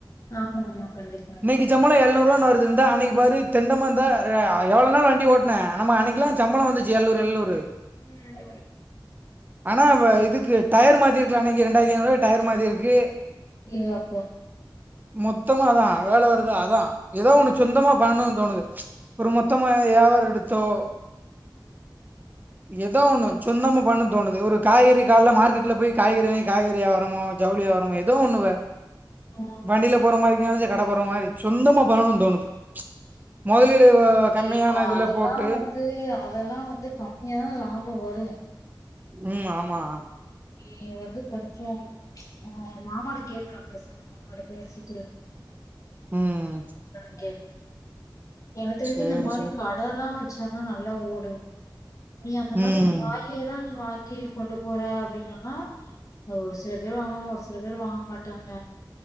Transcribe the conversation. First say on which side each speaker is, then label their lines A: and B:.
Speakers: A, on the left; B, on the right.
A: ஆமா ஆமா கண்டிப்பா
B: இன்னைக்கு சம்பளோ எழுநூறு ருவா வருதுந்த அன்னைக்கு பாரு தெண்டமாதா எவ்ளோ நேரோ வண்டி ஓட் என்ன நம்ம அன்னனைக்குலா சம்பளோ வந்துச்சு எழ்நூறு எழ்நூறு
A: ம்
B: ஆனா இதுக்கு டயர் மாத்திருக்கலா அன்னைக்கு ரெண்டாயரத்தி ஐந்நூறுருவாய்க்கு டயர் மாத்திருக்கு
A: ஏ அப்போ
B: மொத்தமா அதா வேல வருதா அதா எதோ ஒன்னு சொந்தமா பண்ணணுன்னு தோணுது ஒரு மொத்தமா யாவாரோ எடுத்தோ ஏதோ ஒண்ணு சொந்தமா பண்ணு தோணுது ஒரு காய்கறி காலைல மார்க்கெட்ல போய் காய்கறி க காய்கறி யாவாரமோ ஜவுளி யாவாரமோ எதோ ஒண்ணு
A: ஓ
B: வண்டியில போற மாரிக்கு சரி கடை போட்ற மாரி சொந்தமா பண்ணணுனு தோணுது மொதலீடு கம்மியான
A: இப்போ
B: இதுல
A: அதெல்லா
B: போட்டு
A: வந்து அதெல்லா வந்து கம்மியா தா லாபோ வரு
B: ம் ஆமா
A: நீ வந்து கொஞ்சோ உங்க மாமாட்ட கேக்லா பெஸ்சாம மாமாட்ட பேசிட்டு என்னான்னு
B: ம்.
A: கேப் எனக்கு தெரிஞ்சு
B: சரி,
A: இந்த மாதிரி
B: சரி.
A: கடல்லா வச்சன்னா நல்லா ஓடு நீ அந்த மாதிரி
B: ம்.
A: இப்ப காய்கறில்லா நீ வாங்கி கொண்டு போற அப்டின்னா ஒரு சில பேர் வாங்குவாங்க ஒரு சில பேர் வாங்கமாட்டாங்க